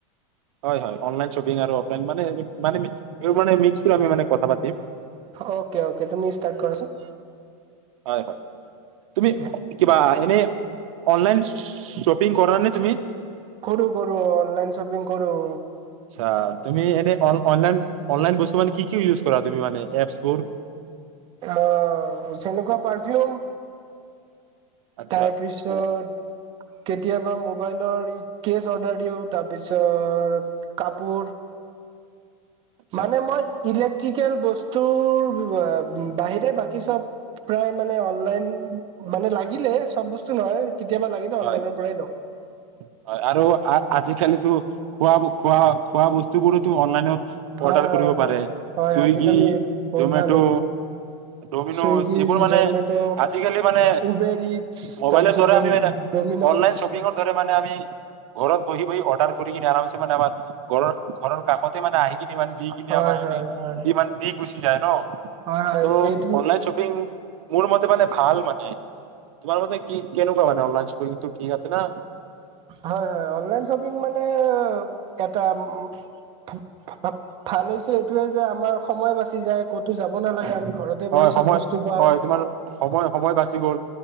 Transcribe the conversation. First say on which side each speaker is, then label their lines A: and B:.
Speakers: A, on the right (about 70°); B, on the right (about 30°).
A: হয়-হয়। অনলাইন শ্বপিং আৰু অফলাইন মানে-মানে মিক্স কৰি আমি মানে কথা পাতিম।
B: অ'কে-অ'কে তুমি ষ্টাৰ্ট কৰাচোন।
A: হয়-হয়। তুমি
B: দিয়া।
A: কিবা। এনেই অনলাইন শ্বপিং কৰা নে তুমি?
B: কৰোঁ-কৰোঁ অনলাইন শ্বপিং কৰোঁ।
A: আচ্ছা, তুমি এনে অন অনলাইন-অনলাইন বস্তু মানে কি কি ইউজ কৰা তুমি মানে এপছবোৰ?
B: মই যেনেকুৱা পাৰ দিওঁ।
A: আচ্ছা
B: তাৰ পিছত কেতিয়াবা মোক। মবাইলৰ ই‌ কেচ অৰ্ডাৰ দিওঁ। তাৰপিছত কাপোৰ
A: আচ্ছা
B: মানে মই ইলেক ট্ৰিকেল বস্তুৰ বা বাহিৰে বাকী চব প্ৰায় মানে অনলাইন মানে লাগিলে চব বস্তু নহয়। কেতিয়াবা লাগিলে
A: হয়-হয়
B: অনলাইনৰ পৰাই লওঁ
A: আৰু আ আজিকালিতো খোৱা ব, খোৱা-খোৱা বস্তু বোৰোতো অনলাইনত
B: হয়-হয়-হয়-হয়,
A: অৰ্ডাৰ কৰিব পাৰে চুইগি
B: আজিকালি বহুত
A: জমেট'
B: ভাল হৈ গৈছে।
A: ডমিন'জ
B: ছুইগী,
A: এইবোৰ মানে
B: জ'মেট',
A: আজিকালি মানে
B: উবেৰ ইটছ
A: মোবাইলৰ
B: তাৰপিছত
A: দ্বাৰা আমি মানে
B: ড'ম ডমিন'জ
A: অনলাইন শ্বপিঙৰ দৰে মানে আমি ঘৰত বহি বহি অৰ্ডাৰ কৰি কিনে আৰামছে মানে আমা ঘৰত-ঘৰৰ কাষতে মানে আহি ইমান দি কিনে
B: হয়
A: আমাৰ
B: হয়
A: মানে
B: হয়
A: ইমান দি গুচি যায় ন?
B: হয় হয়
A: ত'
B: এইটো
A: অনলাইন শ্বপিং মোৰ মতে মানে ভাল মানে। তোমাৰ মতে কি, কেনেকুৱা মানে অনলাইন ত কিন্তু ঠিক আছে না।
B: হয়-হয়। অনলাইন শ্বপিং মানে এটা উ ভা-ভাল হৈছে এইটোৱে যে, আমাৰ সময় বাচি যায় ক'তো যাব নালাগে আমি ঘৰতে
A: হয়,
B: বহি চব
A: সময়ত
B: বস্তু পাওঁ
A: হয় তোমাৰ সময়-সময় বাছি গ'ল।